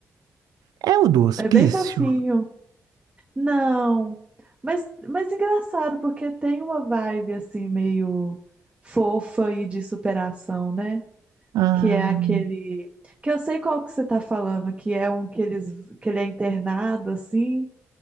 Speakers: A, on the right; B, on the right.
A: É o do Hospício?
B: É bem fofinho. Não. Mas, mas engraçado, porque tem uma vibe assim, meio fofa e de superação, né?
A: Ah,
B: Que é aquele. Que eu sei qual que você tá falando, que é um que eles que ele é internado, assim,